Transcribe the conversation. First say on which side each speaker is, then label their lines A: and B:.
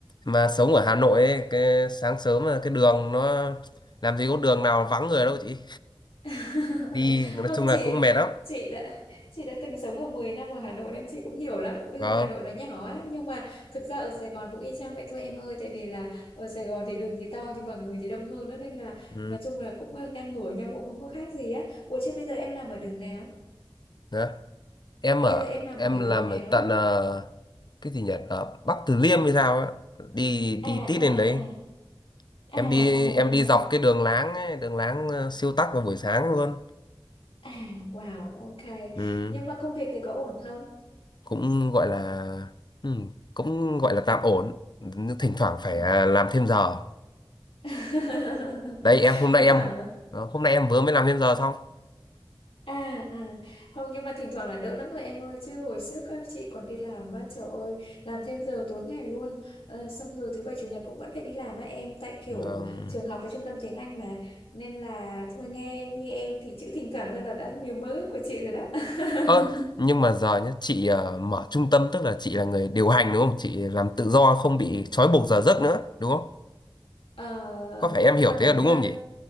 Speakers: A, on the left; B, on the left.
A: mà sống ở Hà Nội ấy, cái sáng sớm là cái đường nó làm gì có đường nào vắng người đâu chị
B: <laughs>
A: đi nói
B: không
A: chung
B: chị
A: là cũng mệt lắm
B: chị đã chị đã từng sống ở 10 năm ở Hà Nội nên chị cũng hiểu lắm đường
A: vâng
B: Hà Nội nó nhỏ á nhưng mà thực ra ở Sài Gòn cũng y chang vậy thôi em ơi tại vì là ở Sài Gòn thì đường thì to nhưng mà người thì đông hơn đó nên là
A: ừ.
B: nói chung là cũng ờ, ngang ngửa nhau cũng không có khác gì á ủa chứ bây giờ em làm ở đường nào
A: Đó. em
B: bây
A: ở
B: giờ em làm
A: em
B: ở
A: làm
B: đường nào
A: ở
B: ấy
A: tận ờ, cái gì nhỉ ở Bắc Từ Liêm hay sao á đi
B: à
A: đi tít
B: à
A: lên đấy
B: à à
A: em
B: à
A: đi em đi
B: à
A: dọc cái đường láng ấy, đường láng ờ, siêu tắc vào buổi sáng luôn
B: à wow ok
A: ừ.
B: nhưng mà công việc thì có ổn không
A: cũng gọi là ừ, cũng gọi là tạm ổn thỉnh thoảng
B: À.
A: phải à, làm thêm giờ
B: <laughs>
A: đây em hôm nay
B: thỉnh
A: em
B: thoảng
A: ờ, hôm nay em vừa mới làm thêm giờ xong
B: À, à không nhưng mà thỉnh thoảng là đỡ lắm rồi em ơi chứ hồi trước á, chị còn đi làm á trời ơi làm thêm giờ tối ngày luôn Ờ, xong rồi thứ bảy chủ nhật cũng vẫn phải đi làm á em tại kiểu
A: vâng
B: trường học và trung tâm tiếng Anh mà nên là thôi nghe như em thì chữ thỉnh thoảng thôi là đã niềm mơ của chị rồi đó <laughs>
A: ơ nhưng mà giờ nhá chị ờ, mở trung tâm tức là chị là người điều hành đúng không chị làm tự do không bị trói buộc giờ giấc nữa đúng không
B: Ờ,
A: có phải em
B: nhưng
A: hiểu
B: mà
A: thế
B: giống
A: là
B: như
A: đúng không nhỉ